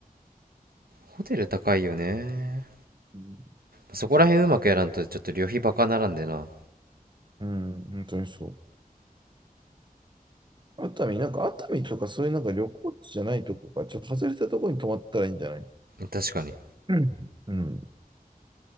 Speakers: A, on the right (about 75°); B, on the right (about 30°).
A: ホテル高いよね。
B: うん
A: そこら辺うまくやらんとちょっと旅費バカならんでな。
B: うん、本当にそう。熱海、なんか熱海とかそういうなんか旅行地じゃないとこか、ちょっと外れたとこに泊まったらいいんじゃない
A: 確かに。
B: うん、うん、